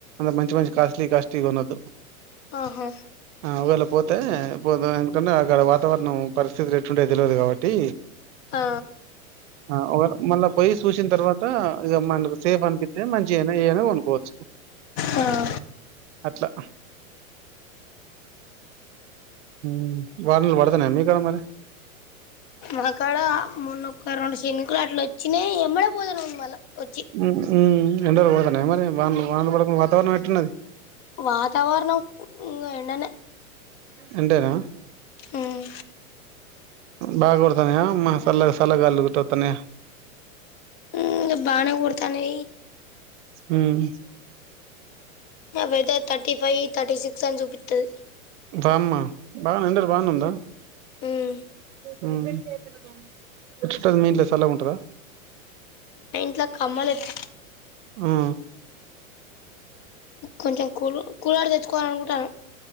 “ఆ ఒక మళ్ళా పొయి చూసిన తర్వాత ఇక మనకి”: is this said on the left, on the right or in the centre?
Right